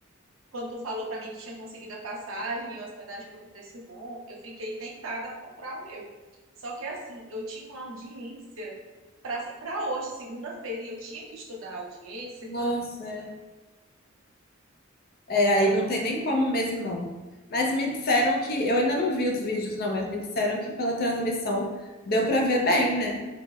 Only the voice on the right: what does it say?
Quando tu falou pra mim que tinha conseguido a passagem, a hospedagem por um preço bom, eu fiquei tentada a comprar o meu. Só que assim, eu tinha uma audiência para para hoje, segunda-feira, e eu tinha que estudar a audiência,
então
não